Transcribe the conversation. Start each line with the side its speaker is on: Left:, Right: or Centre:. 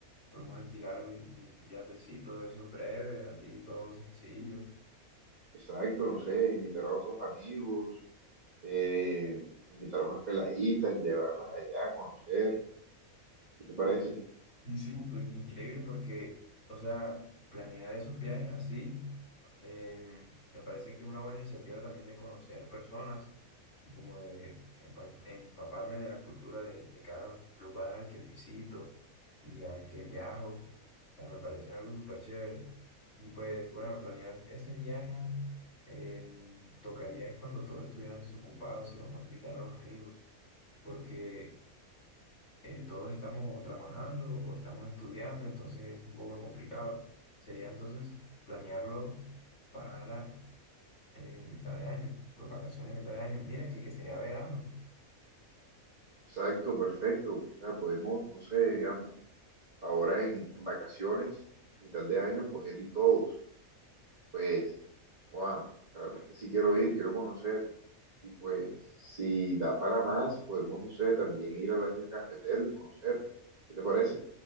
Left: podemos alquilar un, un yatecito de esos breves, así, todo sencillo.
Right: exacto, no sé, invitar a otros amigos, eh, invitar a unas peladitas, llevarlas allá a conocer. ¿Qué te parece?
Left: Y sí, o- increíble porque, o sea, planear esos viajes así, em, me parece que es una buena iniciativa también de conocer personas y como de empal- empaparme de la cultura de, de cada lugar al que visito y al que viajo. O sea, me parece algo súper chévere. Y pues bueno, planear ese viaje em, tocaría es cuando todos estuvieran desocupados y vamos a invitar a los amigos. Porque eh, todos estamos o trabajando o estamos estudiando, entonces es un poco complicado. Sería entonces planearlo para eh, mitad de año, pues vacaciones mitad de año. Mira que, que sería verano.
Right: Exacto, perfecto. O sea, podemos, no sé, digamos. ahora en, en vacaciones, mitad de año, poder ir todos. Pues, wow, la verdad es que sí quiero ir, quiero conocer. Y pues, si da para más, podemos, no sé, también ir a la del cafetero y conocer. ¿Qué te parece?